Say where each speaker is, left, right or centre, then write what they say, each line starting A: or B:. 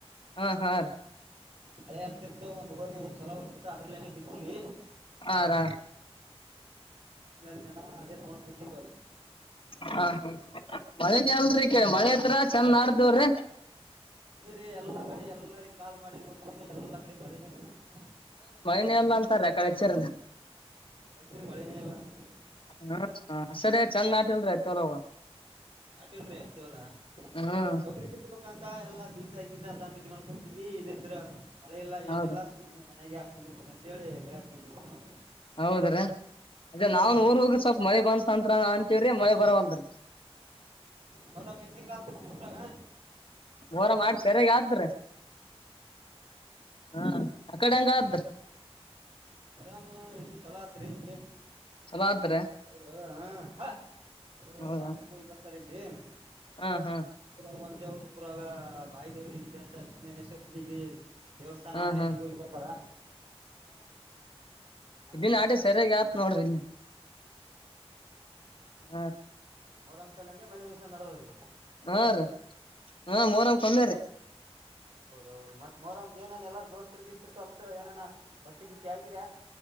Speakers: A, on the left (about 55°); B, on the right (about 65°).
A: ಹಾ ಹಾ ರಿ
B: ಹಳೆ ಆಗ್ತಿತ್ತು ಒಂದ್ವರಿ ಚಲೋ ಹೋ್ಿತ್ತು ಅದ್ರಲ್ಲನೆ ಬಿತ್ತೀವಿ
A: ಆರಾ
B: ನನ್ನೆಲ್ಲ ಅ ತ ಮಾಡೋ ಬಂದಿ
A: ಹಾ ಹೌ ಮಳೇನ ಅಲ್ರಿೀ ಕ ಮಳೆತ್ರ್ರ ಚಂದ ನಾಟಡ್ತಿದ್ದೀರಿ
B: ಹೌದ್ರಿ ಎಲ್ಲಾ ಕಡೆ ಎಲ್ಲಾರಿ ಕಾಲ್ ಮಾಡಿ ನೋಡ್ ಎಲ್ಲಾ ಕಡೆ ಮಳನೇ ಎಲ್ಲ ಅಂತಾರ
A: ಮನ ಎಲ್ಲ ಅಂತಾರೆ ಅಡೆಚ್ಚರನ
B: ಮಳೇಶ್ವರಿ ಮಳೆನೇ ಇಲ್ಲ ಅಂತ ಹದು
A: ಹಾ ಅ ಸರಿ ಚಂದ ಆಟಲ್ರಿ ಆಐತ ಎಲ್ಲ ಹೋಗ
B: ನಾಟ ಇಲ್ರರಿ ಅತ್ತವಲ್ಲಾ
A: ಹ್ಮ್
B: ತಗ್ರಿ ಬಿ ಬ ಂತ ಎಲ್ಲಾ ಬೀಜ ಗೀಜ ತಂದಿಟ್ಕೊಂಡ್ಕೊಂತವಿ ಇದಿದ್ರ ಮಳೆಲ್ಲ
A: ಹೌದು
B: ಏನೆಲ್ಲ ಸ ನಗೆ ಯಾಕೆ ಕುಂದಿರ್ಬೇಕು ಅಂತ ಹೇಳಿ ಬೆಳ್ಯಾಕಕ್ ಬಂದಿದ್ವಿ ನಾವು
A: ಹೌದ್ರೀ ಅದೇ ನಾವನ್
B: ಹ್ಮ್
A: ಊರ್ ಹೋಗಿ ಸ್ವಲ್ಪ ಮಳೆ ಬಂದಂತ್ರ ಅಂತೀವ್ರಿ ಮಳೆ ಬರಂತೀ
B: ಮರಾಮ ಹೆಂಗ ಹೆಂಗ ಆಗ್ತರಿ ನಿ ಮೂರಾಮ
A: ವೋರ ಮಾಡಿ ಸರಗ ಆದಾದ್ರ ಹಾ ಆ ಕಡೆ ಹಂಗ ಆದ್ರಿ
B: ಆರಾಮ ಇಲ್ಲಿ ಚಲೋ ಆತ್ರಿ ಇಲ್ಲಿ
A: ಚಲೋ ಆದ್ರಿ
B: ಅವರು ಹ ಅವರು
A: ಹೌದಾ
B: ಶಾಪುರ್ ಹೋಗ್ ಬರ್ತಾರೆ <unintelligible>
A: ಹಾ ಹಾ
B: ದೇವ್ರು ಊರಾಗ ಬಾಯ ದೇವ್ರ ಇ ಅಂತ ಸುಮನೇಶ್ವರ್ ಗುಡಿಗೆ ದೇವಸ್ಥಾನ
A: ಹಾ
B: ಆದ್ರೆ
A: ಹಾ
B: ಅಲ್ಲಿಗೋೋಗ್ ಬರ್ತಾರ ಹಾ
A: ಇನ್ ಆಡಿ ಸರಿಯಾಗಿ ಆತ್
B: ಹಾ
A: ನೋಡ್ರಿ ಇಲ್ಲಿ ಹಾ
B: ಮೂರಂಸಲಲ್ಲಂದ ಮನೆಗಊಸ ನಡೋದ್ರಿ
A: ಹ ರ ಹಾ ಮರ ಕೊಂದ್ರ
B: ಹೌದ ಮತ್ ಮೋರಮ್ಗ ಏನ ಎಾರಾರ್ ದೋಸ್ತರಿರಿಗೆ ಇಸ್ರ್ ಕಲ್ತ್ ಏನ ಒಟ್ಟಿಗಿಟ್ಟ ಹಾಕಿರ